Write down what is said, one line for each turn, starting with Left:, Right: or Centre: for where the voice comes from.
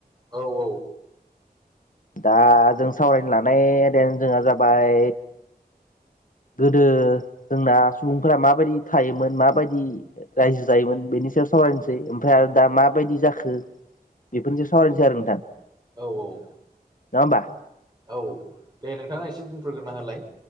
Right: औ औ।
Left: दा जों सावरायनो लानाय जोंहा जाबाय गोदो जोंना सुबुंफोरा माबायदि थायोमोन माबायदि रायजो जायोमोन बेनि नि सायाव सावरायनोसै ओमफ्राय आरो दा माबायदि जाखो बेफोरनि सायाव सावरायनोसै आरो नोंथां
Right: औ औ
Left: नङा होमबा
Right: औ दे नोंथाङा एसे बुंफोरग्रोना होलाय